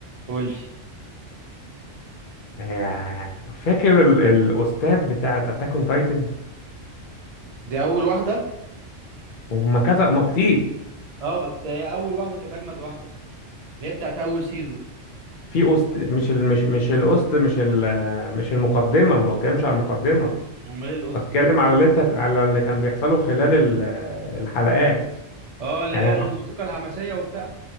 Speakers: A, on the right; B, on the left.
A: قول لي
B: آه، فاكر ال- الأوستات بتاعت أتاك أون تايتن
A: دي اول واحده
B: وهم كذا ما كتير
A: اه بس هي اول واحدة كانت اجمد واحدة اللي هي بتاعت اول سيزون
B: في أوست مش ال... مش مش الأوست مش ال... مش المقدمة ما بتكلمش على المقدمة
A: امال ايه القصة
B: بتكلم
A: دي
B: على اللي انت على اللي كان بيحصله خلال ال- الحلقات
A: اه اللي
B: يعني
A: هي الموسيقى الحماسية وبتاع